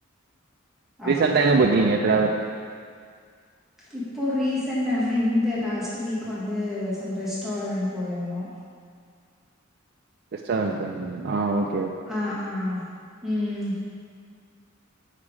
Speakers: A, on the right; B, in the centre.
A: ரீசன்டா
B: ஓகே
A: எங்க போயிருக்கீங்க ட்ராவல்
B: இப்ப ரீசன்ட்டான இந்த லாஸ்ட் வீக் வந்து சம் ரெஸ்டாரெண்ட் போயிருந்தோ
A: ரெஸ்டாரெண்ட் போயிருந்தீங்ளா அ ஓக்
B: அ அ ம்